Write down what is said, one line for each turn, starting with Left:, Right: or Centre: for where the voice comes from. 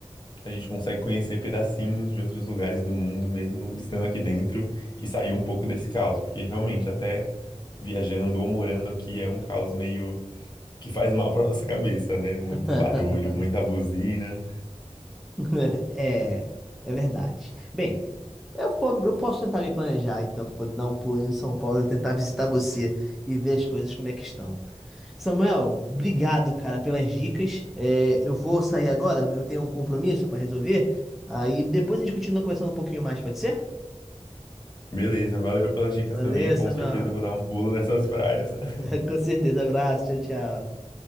Left: a gente consegue conhecer pedacinhos de outros lugares do mundo, mesmo estando aqui dentro, e sair um pouco desse caos, porque realmente até viajando ou morando aqui é um caos meio que faz mal para nossa cabeça, né? Muito
Centre: <laughs>
Left: barulho, muita buzina.
Centre: <laughs> É, é verdade. Bem, eu, po- eu posso tentar me planejar, então, para poder dar um pulo em São Paulo e tentar visitar você e ver as coisas como é que estão. Samuel, obrigado, cara, pelas dicas. É, eu vou sair agora, eu tenho um compromisso para resolver. Aí depois a gente continua conversando um pouquinho mais, pode ser?
Left: Beleza, valeu pelas dicas
Centre: Valeu,
Left: também. Com
Centre: Samuel.
Left: certeza vou dar um pulo nessas praias. <laughs>
Centre: <laughs> Com certeza. Abraço, tchau, tchau.